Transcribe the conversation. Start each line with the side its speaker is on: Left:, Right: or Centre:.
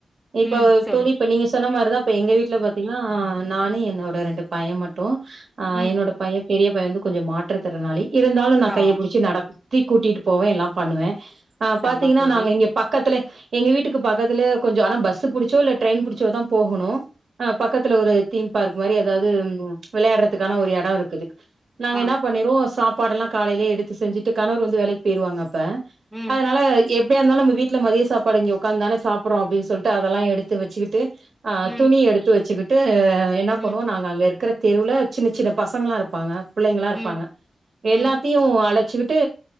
Right: இப்ப
Centre: ம் சொல்லு
Right: தோழி இப்ப நீங்க சொன்ன மாரிதா இப்ப எங்க வீட்டுல பாத்தீங் ஆ நானு என்னோட ரெண்டு பைய மட்டு ஆ
Centre: ம்
Right: என்னோட பையன் பெரிய பைய வந்து கொஞ்சம் மாற்று ற்றுதிறனாளி இருந்தாலு நா
Centre: ஆ
Right: கைய புடிச்சி நடக் த்தி கூட்டிட்டு போவே எல்லா பண்ணுவே ஆ
Centre: செம
Right: பாத்தீங்கன்னா
Centre: தோழி
Right: நாங்க இங்க பக்கத்துல எங்க வீட்டுக்கு பக்கத்துல கொஞ்சம் ஆனா பஸ் புடிச்சோ இல்ல ட்ரெயின் புடிச்சோதா போகணு ஆ பக்கத்துல ஒரு தீம்பார்க் மாரி எதாவது விளையாடுற த்துக்கான
Centre: ஆ
Right: ஒரு எடோ இருக்குது நாங்க
Centre: ஆ
Right: என்ன பண்ணிருவோ சாப் பாடெலா காலையே எடுத்து செஞ்சுட்டு கணவர் வந்து வேலைக்கு போயிருவாங்க அப்ப
Centre: ம்
Right: அதனால எப் எப்பயா இருந்தாலு நம்ம வீட்ல மதிய சாப்பாடு இங்க உக்காந்துதானே சாப்பிட்டுறோ அப்டின் சொல்லிட்டு அதெல்லா எடுத்து வச்சுக்கிட்டு ஆ
Centre: ம்
Right: துணி எடுத்து வச்சுக்கிட் ஹ என்ன
Centre: ம்
Right: பண்ணுவோ நாங்க அங்க இருக்கிற தெருவுல சின்ன சின்ன பசங்களலா இருப்பாங்க புள்ளைங்களா இருப்பாங்க
Centre: ம் ம்
Right: எல்லாத்தையு அழச்சுக்கிட் ட்டு